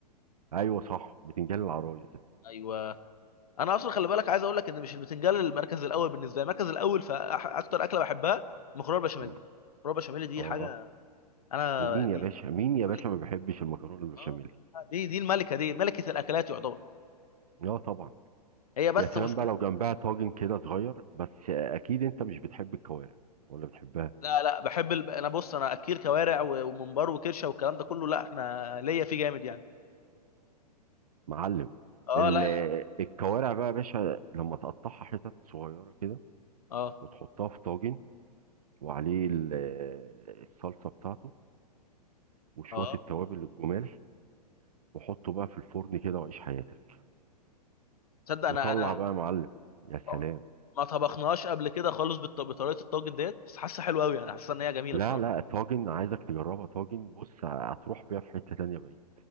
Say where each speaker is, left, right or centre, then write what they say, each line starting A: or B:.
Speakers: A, on the right; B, on the left.
A: ايوه صح بتنجان العرايس ده
B: ايوه انا اصلا خلي بالك عايز اقول لك ان مش البتنجال المركز الاول بالنسبه لي المركز الاول في أح- اكتر اكله بحبها المكرونه البشاميل
A: مم.
B: المكرونه البشاميل دي
A: اه
B: حاجه انا
A: ومين
B: دي
A: يا باشا مين يا
B: الملكه
A: باشا ما بيحبش المكرونه البشاميل
B: اه لا لا، دي دي الملكه دي ملكه الاكلات يعتبر
A: اه طبعا
B: هي بس
A: يا سلام
B: مشكلة
A: بقى لو جنبها طاجن كده صغير بس آه، اكيد انت مش بتحب الكوارع ولا بتحبها
B: لا لا بحب الب... انا بص انا اكيل كوارع و- وممبار وكرشه والكلام ده كله لا احنا ليا فيه جامد يعني
A: معلم
B: اه
A: ال-
B: لا
A: آه،
B: لا لا.
A: الكوارع بقى يا باشا لما تقطعها حتت صغيره كده
B: اه
A: وتحطها في طاجن وعليه ال- الصلصه بتاعته وشويه
B: اه
A: التوابل الجمال وحطه بقى في الفرن كده وعيش حياتك
B: تصدق
A: وطلع
B: انا انا
A: بقى يا معلم يا
B: اه
A: سلام
B: ما طبخناهاش قبل كده خالص بالط- بطريقه الطاجن ديت بس حاسه حلوه قوي انا حاسه ان هي جميله
A: لا
B: بصراحه
A: لا طاجن عايزك تجربها طاجن بص هتروح بيها في حته تانيه بعيد